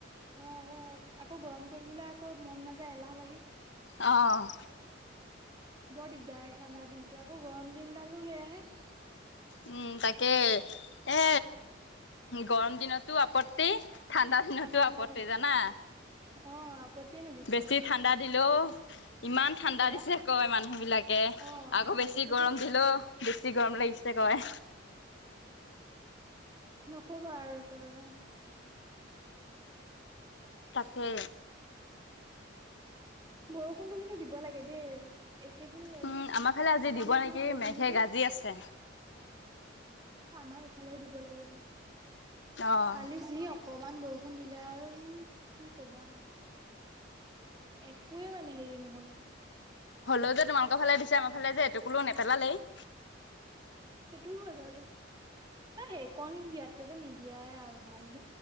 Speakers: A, on the right; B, on the left.
A: অ এ আকৌ গৰম কৰিবলৈ আকৌ মন নাযায় এলাহ লাগে।
B: অঁ
A: বৰ দিগদাৰ ঠাণ্ডা দিনটো আকৌ গৰম দিনডালো সেয়াহে <unintelligible>
B: উম তাকে এ গৰম দিনতো আপত্তি ঠাণ্ডাৰ দিনতো
A: ঠাণ্ডা দিনতে
B: আপত্তি জানা
A: অ আপত্তিয়ে নুগুছে
B: বেছি ঠাণ্ডা দিলোঁ ইমান ঠাণ্ডা
A: বেয়া
B: দিছে কয় মানুহ বিলাকে
A: অ
B: আকৌ বেছি
A: সেইটোতো
B: গৰম দিলেও বেছি গৰম লাগিছে কয়
A: নুকবা আৰু একেবাৰে <unintelligible>
B: তাকে
A: বৰষুণটো কিন্তু দিব লাগে গেদ এইকেইদিন
B: উম, আমাৰ ফালে
A: এসপ্তাহ
B: আজি দিব
A: মান
B: নেকি
A: যদি বৰষুণ
B: মেঘে
A: দি দিয়ে
B: গাজি
A: <unintelligible>
B: আছে
A: আমাৰ ইফালেও দিব লাগে
B: অ'।
A: কালি যি অকমান বৰষুণ শু দিলে আৰু সি কি কবা <unintelligible> একোৱে মানে হেৰি নহল
B: হলেও যে তোমালোকৰ ফালে দিছে আমাৰ ফালে যে এটোপুলিও নেপেলালেই <unintelligible>
A: সেইটোও হয় বাৰুতে ত সেই কণ দিয়াতকে যে নিদিয়াই আৰু ভাল <unintelligible>